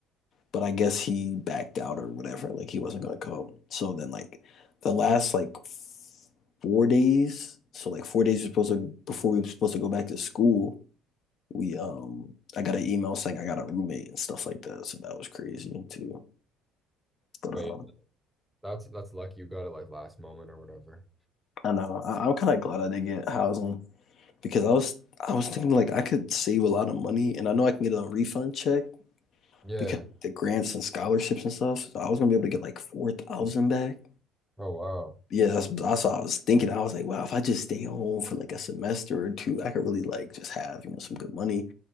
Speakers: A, on the left (about 55°); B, in the centre.
A: but I guess he backed out or whatever. Like he wasn't gonna come. So then like the last like f- four days, so like four days we're supposed to before we were supposed to go back to school, we um I got an email saying I got a roommate and stuff like that. So that was crazy too. But
B: But yeah,
A: um
B: that's that's lucky you got it like last moment or whatever.
A: I know I, I'm kind of glad I did get housing because I was I was thinking like I could save a lot of money and I know I can get a refund check
B: Yeah.
A: because the grants and scholarships and stuff. So I was gonna be able to get like four thousand back.
B: Oh wow.
A: Yeah, that's, that's what I was thinking. I was like, wow, if I just stay home for like a semester or two, I could really like just have, you know, some good money.